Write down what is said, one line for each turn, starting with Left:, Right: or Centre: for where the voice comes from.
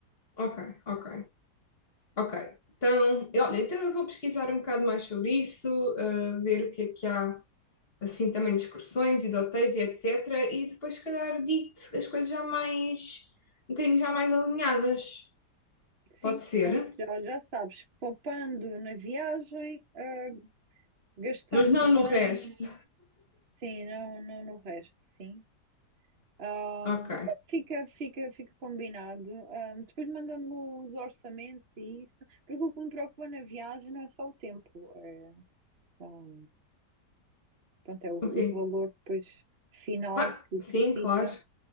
Left: ok, ok. Ok, então, e olha, então eu vou pesquisar um bocado mais sobre isso, uh, ver o que é que há, assim, também de excursões e de hotéis e etc. E depois, se calhar, digo-te as coisas já mais, um bocadinho já mais alinhadas.
Right: Sim,
Left: Pode ser,
Right: pronto, já, já sabes. Poupando na viagem, ah, gastando
Left: mas não
Right: bem,
Left: no resto.
Right: sim, não, não no resto, sim. Ahm,
Left: Ok,
Right: pronto, fica, fica, fica combinado. Ahm, depois manda-me os orçamentos e isso, porque o que me preocupa na viagem não é só o tempo. é, ah, Pronto, é o, o
Left: ok.
Right: valor depois final
Left: Ah,
Right: que,
Left: sim,
Right: que fica.
Left: claro.